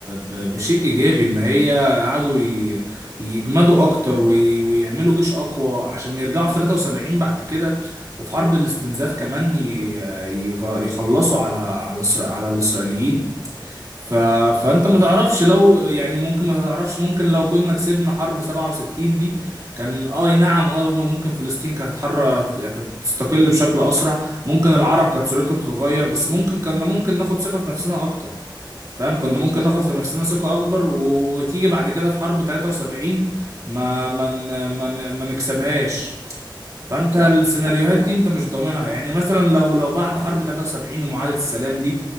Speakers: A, on the right; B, on the left.
A: ب... بشيء ايجابي ان هي قعدوا ي... يجمدوا اكتر وي... ويعملوا جيش اقوى عشان يرجعوا في 73 بعد كده وفي حرب الاستنزاف كمان ي... ي... يخلصوا على على الإسرا- على الاسرائيليين ف... فانت ما تعرفش لو يعني ممكن ما تعرفش ممكن لو كنا كسبنا حرب 67 دي كان آه، اي نعم اه ممكن فلسطين كانت حرة يعني تستقل بشكل اسرع ممكن العرب كانت صورتهم تتغير بس ممكن كنا ممكن ناخد ثقة في نفسنا اكتر فاهم كنا
B: بالظبط
A: ممكن ناخد
B: أه
A: في نفسنا ثقة اكبر و- وتيجي بعد كده في حرب 73 ما ما ن- ما ن- ما نكسبهاش فانت
B: صح
A: السيناريوهات
B: صح فعلا
A: دي انت مش ضامنها يعني مثلا لو لو بعد حرب 73 ومعاهدة السلام دي